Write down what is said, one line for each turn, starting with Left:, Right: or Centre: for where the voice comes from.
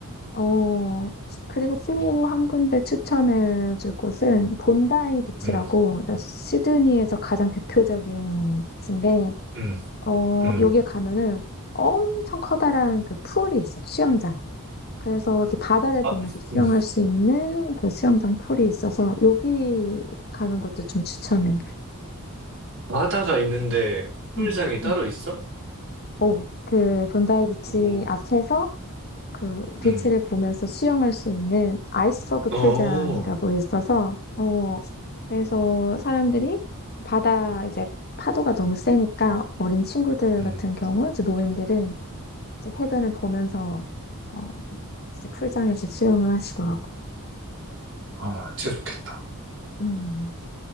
Left: 어, 그리고 또
Right: 음.
Left: 한 군데 추천해줄 곳은 본다이 비치라고,
Right: 음,
Left: 그러니까 시드니에서 가장 대표적인 비치인데,
Right: 음,
Left: 어,
Right: 음.
Left: 여기에 가면은 엄청 커다란 그 풀이 있어요. 수영장. 그래서 이렇게 바다를
Right: 아,
Left: 보면서 수영할
Right: 음.
Left: 수 있는 그 수영장 풀이 있어서 여기 가는 것도 좀 추천해.
Right: 바다가 있는데 풀장이
Left: 응,
Right: 따로
Left: 응.
Right: 있어?
Left: 어, 그 본다이 비치
Right: 오,
Left: 앞에서 그 비치를
Right: 음,
Left: 보면서 수영할 수 있는 아이스버그
Right: 어,
Left: 풀장이라고 있어서 어 그래서 사람들이 바다 이제 파도가 너무 세니까 어린 친구들
Right: 음.
Left: 같은 경우 이제 노인들은 이제 해변을 보면서 어 이제 풀장에서 수영을 하시더라고.
Right: 아, 진짜 좋겠다.
Left: 음.